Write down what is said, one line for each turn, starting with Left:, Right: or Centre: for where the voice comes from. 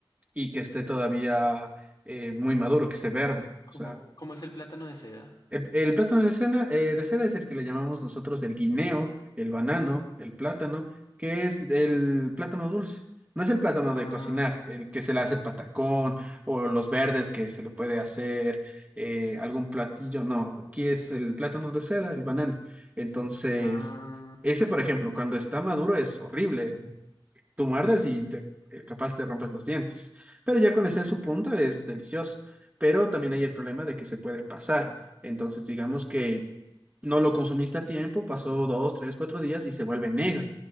Right: y que esté todavía eh, muy maduro, que esté verde.
Left: ¿Cómo,
Right: O sea,
Left: cómo es el plátano de seda?
Right: el, el plátano de cera, eh, de cera es el que le llamamos nosotros el guineo, el banano, el plátano, que es el plátano dulce. No es el plátano
Left: Ah,
Right: de cocinar, el que se le hace patacón o los verdes que se le puede hacer eh, algún platillo. No, aquí es el plátano de cera, el banano. Entonces,
Left: ah.
Right: ese, por ejemplo, cuando está maduro es horrible tú muerdes y te, eh, capaz te rompes los dientes. Pero ya con ese en su punto es delicioso. Pero también hay el problema de que se puede pasar. Entonces, digamos que no lo consumiste a tiempo, pasó dos, tres, cuatro días y se vuelve negro.